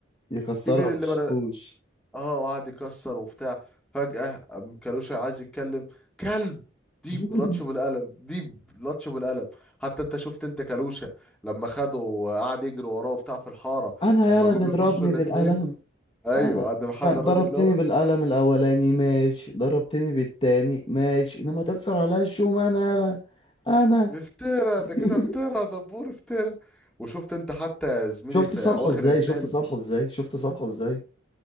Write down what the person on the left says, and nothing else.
يكسرها
بالشاكوش
<laughs>
أنا
يالا
تضربني
بالقلم
انا
كان
ضربتني
بالقلم الاولاني ماشي ضربتني بالتاني ماشي انما تكسر عليا الشوم انا لا انا
<laughs>
شفت
صالحه
ازاي
شفت صالحه ازاي شفت صالحه ازاي